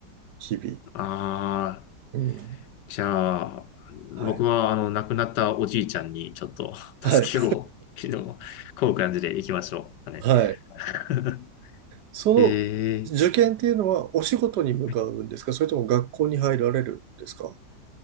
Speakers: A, on the right; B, on the left.
A: 日々。
B: ああ、
A: うん。
B: じゃあ、
A: はい。
B: 僕はあの、亡くなったおじいちゃんにちょっと <laughs>
A: はい。
B: 助けを、<laughs> こういう感じで行きましょう。あれ
A: <laughs> はい。
B: <laughs>
A: その
B: え
A: 受験っていうのはお仕事に向かうんですかそれとも学校に入られるんですか
B: ー、